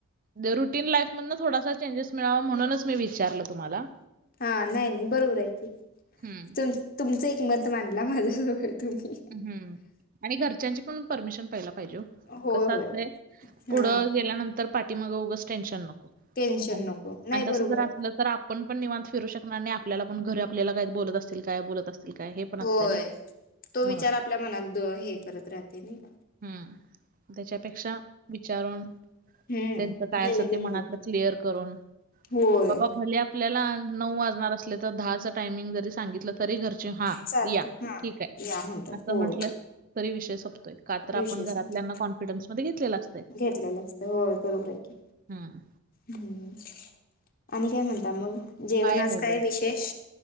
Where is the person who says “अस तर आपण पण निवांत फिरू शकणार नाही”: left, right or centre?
Right